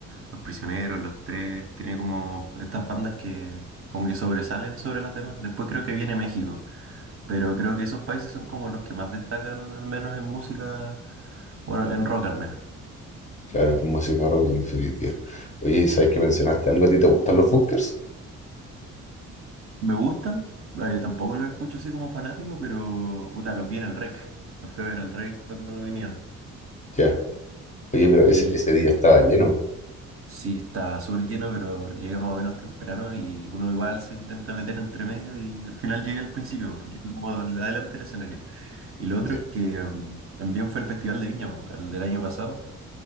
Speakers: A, on the right (about 35°); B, on the left (about 20°).
A: Los Prisioneros, Los Tres, tiene como estas bandas que como que sobresalen sobre las demás. Después creo que viene México, pero creo que esos países son como los que más destacan, al menos en música, bueno, en rock al menos.
B: claro, es música rock en definitiva. Oye, ¿sabes que mencionaste algo? ¿A ti te gustan los bunkers?
A: Me gustan, eh, tampoco los escucho así como fanático, pero puta, los vi en el REC. Los fui a ver el REC cuando vinieron.
B: Ya. Oye, pero
A: Y
B: ese, ese día estaba lleno.
A: sí, está súper lleno, pero llegué más o menos temprano y uno igual se intenta meter entre medio y al final llega al principio, porque llega como al- adelante del escenario. Y lo otro
B: Ya.
A: es que mm, también fue el Festival de Viña, po, el del año pasado,